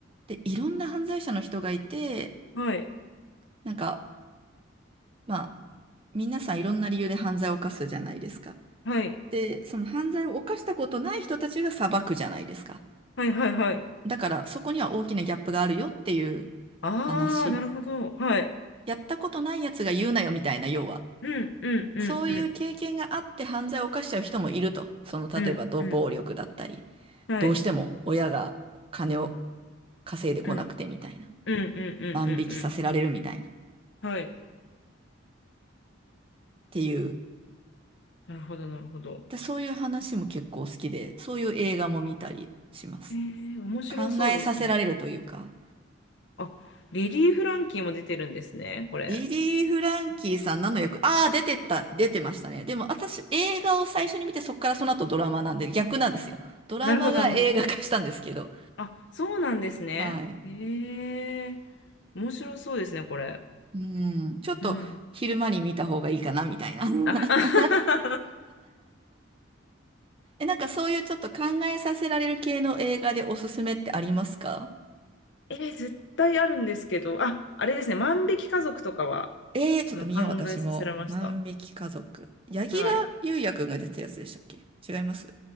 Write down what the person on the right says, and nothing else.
で、いろんな犯罪者の人がいて、
なんか、まあ皆さんいろんな理由で犯罪を犯すじゃないですか。
で、その犯罪を犯したことない人たちが裁くじゃないですか。
だからそこには大きなギャップがあるよっていう
話。
やったことないやつが言うなよみたいな、要は。
そういう経験があって犯罪を犯しちゃう人もいると。
その、例えばど暴力だったり、
どうしても親が金を稼いでこなくてみたいな。
万引きさせられるみたいな。
っ
ていう。
で、そういう話も結構好きで、そういう映画も見たりします。
考えさせられるというか。
リリー・フランキーさん何の役ああ出てった、出てましたね。でも私、映画を最初に見て、そっからその後ドラマなんで、逆なんですよ。ドラマが映画化したんですけど。
はい。
うん。ちょっと、
昼間に見た方がいいかな、みたいな。うん
<laughs> え、なんかそういうちょっと考えさせられる系の映画でおすすめってありますか
えー、ちょっと見よう、
私も。
万引き家族。柳楽優弥くんが出てたやつでしたっけ違います